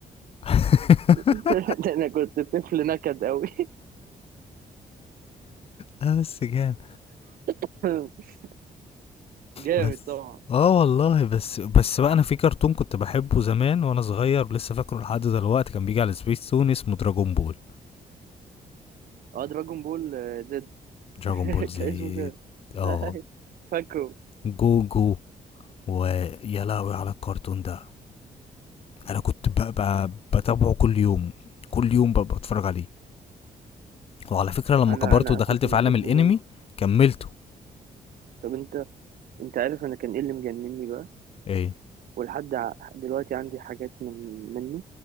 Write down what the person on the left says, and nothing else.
<laughs>
اه بس جامد
بس
اه والله بس بس بقى انا في كرتون كنت بحبه زمان وانا صغير لسه فاكره لحد دلوقتي كان بيجي على سبيس تون اسمه دراجون بول
دراجون
بول زيت
اه
جوجو ويا لهوي على الكرتون ده انا كنت ب- ب- بتابعه كل يوم كل يوم ب- بتفرج عليه وعلى فكره لما
كبرت
ودخلت
في
عالم الانمي
كملته
ايه